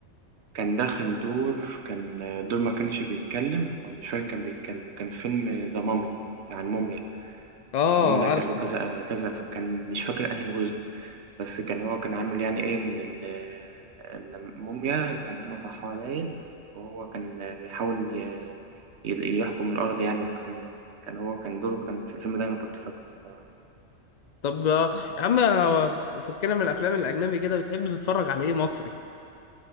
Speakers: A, on the right; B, on the left.
A: كان داخل دور كان آه، دور ما كانش بيتكلم أو مش فاكر كان بيتكلم كان فيلم ذا مامي بتاع الموميا
B: اه
A: المهم ده
B: عارفه
A: كان له كذا كذا كان مش فاكر انهي جزء بس كان هو كان عامل يعني ايه من ال- الموميا كان هما صحوها باين وهو كان بيحاول ي- ي- يحكم الأرض يعني والكلام ده كان هو كان دوره كان في الفيلم ده أنا كنت فاكره الصراحة
B: طب آه، يا عم آه، فكنا من الافلام الاجنبي كده بتحب تتفرج على ايه مصري